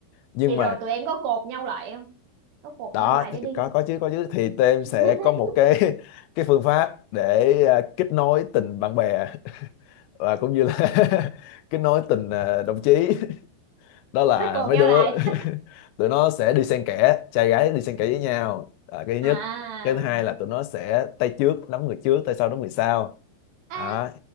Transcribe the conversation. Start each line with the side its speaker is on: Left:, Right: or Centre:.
Left: nhưng
Right: Vậy
Left: mà
Right: rồi tụi em có cột nhau lại không? Có cột
Left: đó
Right: nhau lại để
Left: thì
Right: đi.
Left: có có chứ có chứ thì tụi em
Right: <laughs>
Left: sẽ có một cái <laughs> cái phương pháp để à, kết nối tình bạn bè <laughs> và cũng như là <laughs> kết nối tình à, đồng chí đó là
Right: Cột
Left: mấy
Right: nhau
Left: đứa
Right: lại.
Left: <laughs> tụi nó sẽ đi xen kẽ trai gái đi xen kẽ với nhau à, cái thứ
Right: À.
Left: nhất cái thứ hai là tụi nó sẽ tay trước nắm người trước tay sau nắm người sau
Right: À.
Left: à,